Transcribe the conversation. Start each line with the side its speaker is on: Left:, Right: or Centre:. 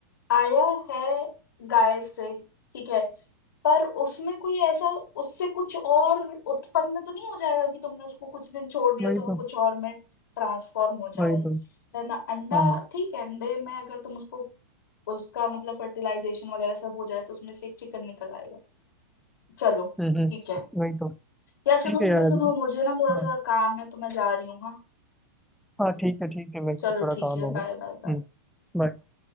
Left: आया है गाय से ठीक है पर उसमें कोई ऐसा उससे कुछ और उत्पन्न तो नहीं हो जाएगा कि तुमने उसको कुछ दिन छोड़ दिया
Centre: वही
Left: तो वो
Centre: तो
Left: कुछ और में ट्रांसफॉर्म हो जाए
Centre: वही तो
Left: है ना अंडा
Centre: हाँ
Left: ठीक है अंडे में अगर तुम उसको उसका मतलब फर्टिलाइजेशन वगैरह सब हो जाए तो उसमें से एक चिकन निकल आएगा चलो
Centre: हम्म हम्म,
Left: ठीक है
Centre: वही तो ठीक
Left: यार सुनो
Centre: है
Left: सुनो
Centre: यार अभी
Left: सुनो मुझे ना थोड़ा
Centre: हाँ
Left: सा काम है तो मैं जा रही हूँ हाँ
Centre: हाँ ठीक है ठीक है मेरे
Left: चलो
Centre: को भी थोड़ा
Left: ठीक
Centre: काम
Left: है
Centre: होगा
Left: बाय बाय बाय
Centre: हम्म bye।